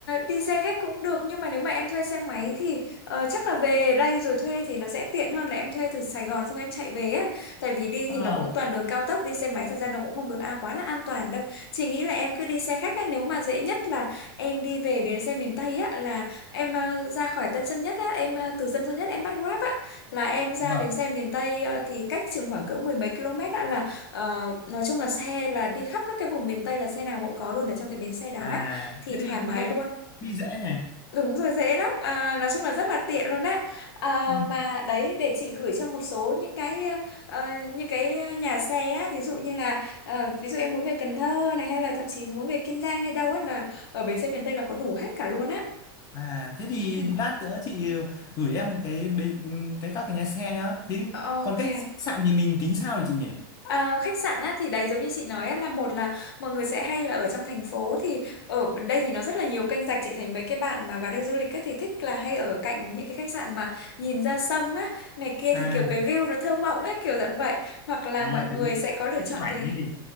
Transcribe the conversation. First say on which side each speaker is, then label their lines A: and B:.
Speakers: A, on the left; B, on the left.
A: đi xe khách cũng được nhưng mà nếu mà em thuê xe máy thì ờ, chắc là về đây rồi thuê thì nó sẽ tiện hơn là em thuê từ Sài Gòn xong em chạy về á. Tại vì đi
B: à
A: thì nó cũng toàn đường cao tốc đi xe máy thật ra nó cũng không được a quá là an toàn đâu. Chị nghĩ là em cứ đi xe khách á nếu mà dễ nhất là em đi về bến xe miền Tây á là em ờ, ra khỏi Tân Sơn Nhất á em ờ, từ Tân Sơn Nhất em bắt Grab á là em ra
B: vâng
A: bến xe miền Tây ờ, thì cách chừng khoảng cỡ mười mấy km á là ờ, nói chung là xe là đi khắp các cái vùng miền Tây là xe nào cũng có luôn ở trong cái bến xe đó
B: à
A: á thì
B: thế thì
A: thoải mái
B: nghe
A: luôn
B: đi dễ nhỉ
A: đúng rồi dễ lắm à, nói chung là rất là tiện luôn á à,
B: Ừ.
A: mà đấy để chị gửi cho một số những cái ờ, những cái nhà xe á ví dụ như là ờ, ví dụ em muốn về Cần Thơ này hay là thậm chí muốn về Kiên Giang hay đâu á là ở bến xe miền Tây là có đủ hết cả luôn á
B: à thế thì
A: ừ.
B: lát nữa chị gửi em cái bế- cái các cái nhà xe nhá thế
A: ok
B: còn cách khách sạn thì mình tính sao thì chị nhỉ
A: À, khách sạn á, thì đấy giống như chị nói á, là một là mọi người sẽ hay là ở trong thành phố thì ở đây thì nó rất là nhiều kênh rạch chị thấy mấy cái bạn mà vào đây du lịch á, thì thích là hay ở cạnh những cái khách sạn mà nhìn ra sông á này kia
B: à
A: thì kiểu cái view nó thơ mộng á kiểu dạng vậy hoặc là
B: à
A: mọi người
B: kiểu
A: sẽ có lựa chọn
B: chụp ảnh
A: thứ
B: ấy thì